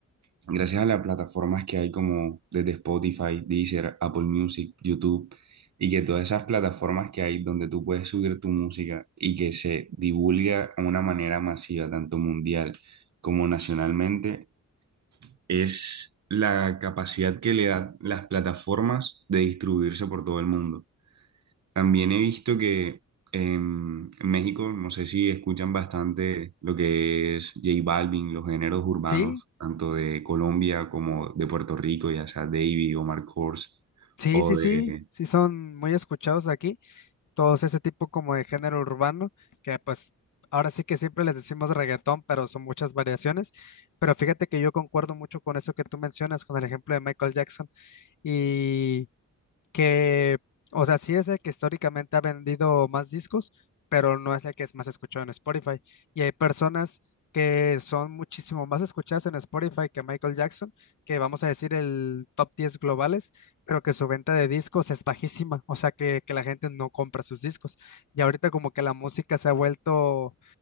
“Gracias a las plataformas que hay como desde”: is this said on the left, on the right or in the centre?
Right